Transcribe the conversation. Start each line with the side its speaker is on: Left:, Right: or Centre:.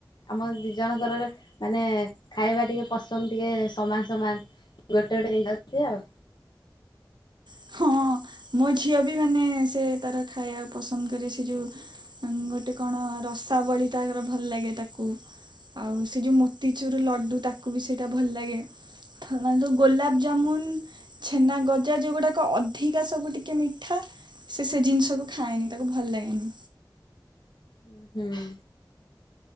Left: ଆମ ଦିଇ ଜଣଙ୍କର ର ମାନେ ଖାଇବା ଟିକେ ପସନ୍ଦ୍ ଟିକେ ସମାନ୍ ସମାନ୍। ଗୋଟେ ଗୋଟେ ହେଇଯାଉଛି ଆଉ।
Right: ହଁ। ମୋ ଝିଅ ବି ମାନେ ସେ ତାର ଖାଇବାକୁ ପସନ୍ଦ କରେ ସେ ଯଉ ଗୋଟେ କଣ ରସାବଳୀ ତାର ଭଲ ଲାଗେ ତାକୁ। ଆଉ ସେ ଯଉ ମୋତିଚୁର୍ ଲଡ଼ୁ ତାକୁ ବି ସେଇଟା ଭଲ ଲାଗେ। ଥ ଯୋଉ ଗୋଲାପଜାମୁନ୍ ଛେନା ଗଜା ଯୋଉଗୁଡାକ ଅଧି କା ସବୁ ଟିକେ ମିଠା ସେ ସେ ଜିନିଷକୁ ଖାଏନି ତାକୁ ଭଲ ଲାଗେନି।
Left: ଉଁ ହୁଁ।